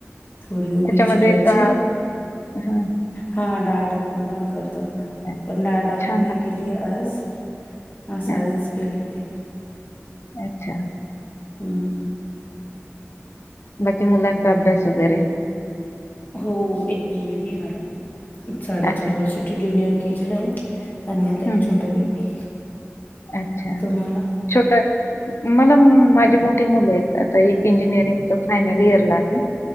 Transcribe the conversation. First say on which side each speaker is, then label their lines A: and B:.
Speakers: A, on the left (about 40°); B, on the left (about 60°).
A: थोडी उभी
B: त्याच्यामध्ये
A: चिरायची-
B: डाळ हा
A: हा डाळ टाकून पण करतात ना,
B: हा.
A: पण डाळ टाकून
B: छान लागते.
A: नाही केली आज. आज साधीच
B: हा,
A: केली होती.
B: अच्छा!.
A: हम्म.
B: बाकी मुलांचा अभ्यास वगैरे?
A: हो, एक मुलगी ए मला साडेचार
B: अच्छा
A: वर्ष ती ज्युनियर केजीला ए आणि आता
B: हम्म
A: एक छोट
B: हम्म.
A: बेबी.
B: अच्छा!
A: तुम्हाला
B: अ. मला माझी मोठी मुलं एत ना एक इंजिनिअरिंगच फायनल इयरला आहे.